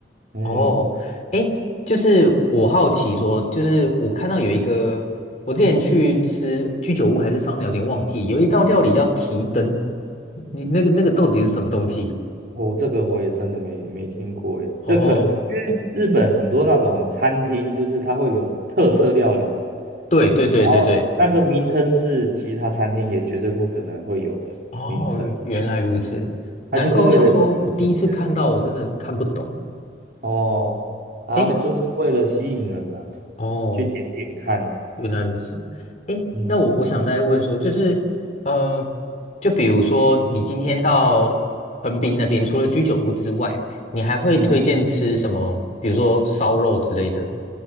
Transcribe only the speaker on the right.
嗯，
我、这个我也真的没没听过诶，这可因为日本很多那种餐厅，
就是它会有特色料理，
然后那个名称是其他餐厅也绝对不可能会有的名称，
它就是为了吸引人。
哦，啊，
就是为了吸引人呐、
去点点看，
嗯
嗯，